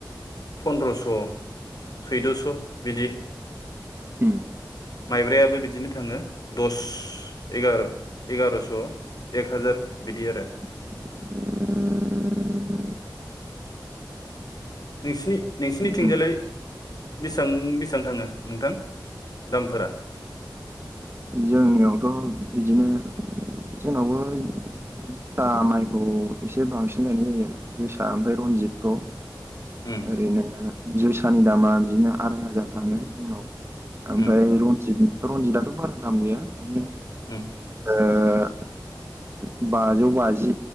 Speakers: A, on the left (about 60°); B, on the right (about 35°).
A: फनद्रस' सैद'स' बिदि
B: उम
A: माइब्रायाबो बिदिनो थाङो दस एगार' एगार'स' एक हाजार बिदि आरो
B: <inaudible>
A: नोंसिनि नोंसिनि थिंजालाय
B: ओ
A: बेसेबां बेसेबां थाङो नोंथां दामफोरा
B: जोंनियावथ' बिदिनो जोंनावबो जोसा माइखौ एसे बांसिन गायनाय जायो आरो जोसा ओमफ्राय रनजितखौ
A: उम
B: ओरैनो जोसानि दामा बिदिनो आराय हाजार थाङो उनाव ओमफ्राय
A: उम
B: रनजित रनजितआथ' बारा दाम गैया बिदिनो
A: उम
B: ओ बाजौ बाजि